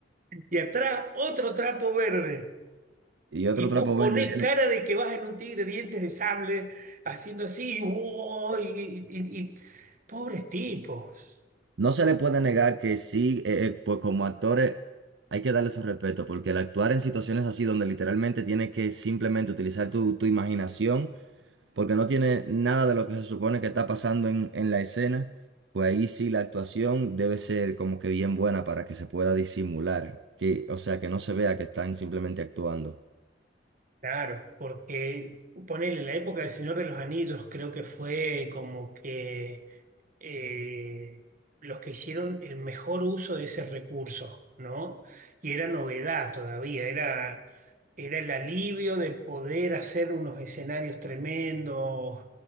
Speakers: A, on the right; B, on the right.
A: Y atrás otro trapo verde.
B: Y otro
A: Y
B: trapo
A: vos ponés
B: verde viene.
A: cara de que vas en un tigre, dientes de sable, haciendo así, ¡oh! y, y- y- pobres tipos.
B: No se le puede negar que sí, eh, eh, pues como actores hay que darle su respeto, porque el actuar en situaciones así donde literalmente tienes que simplemente utilizar tu, tu imaginación, porque no tiene nada de lo que se supone que está pasando en, en la escena, pues ahí sí la actuación debe ser como que bien buena para que se pueda disimular, que, o sea, que no se vea que están simplemente actuando.
A: Claro, porque ponele en la época del Señor de los Anillos, creo que fue como que eh, los que hicieron el mejor uso de ese recurso, ¿no? Y era novedad todavía, era, era el alivio de poder hacer unos escenarios tremendos.